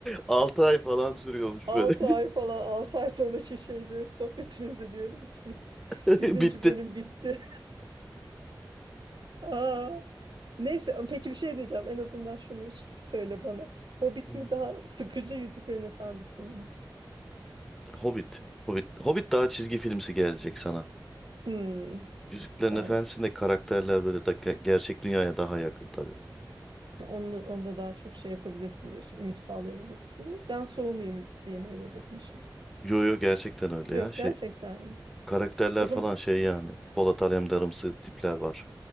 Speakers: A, in the centre; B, on the right.
A: 6 ay falan sürüyormuş
B: ay
A: böyle.
B: falan 6 ay sonraki şeyde sohbetimizde diyordum ki <laughs>
A: <laughs>
B: birinci
A: Bitti.
B: bölüm bitti. <laughs> Aa. Neyse peki bir şey diyeceğim. En azından şunu ş- söyle bana. Hobbit
A: <laughs>
B: mi daha
A: <clears throat>
B: sıkıcı Yüzüklerin Efendisi mi?
A: Hobbit. Hobbit. Hobbit daha çizgi filmsi gelecek sana.
B: Hmm.
A: Yüzüklerin
B: Yani
A: Efendisi'nde karakterler böyle da ge- gerçek dünyaya daha yakın tabii.
B: onu, onda daha çok şey yapabilirsin diyorsun. Ümit bağlayabilirsin mi? Ben soğumayayım diye mi öyle dedin şimdi?
A: Yo yo gerçekten öyle
B: Yok
A: ya. Şey
B: gerçekten mi?
A: karakterler
B: O zaman
A: falan şey yani. Polat Alemdarımsı tipler var.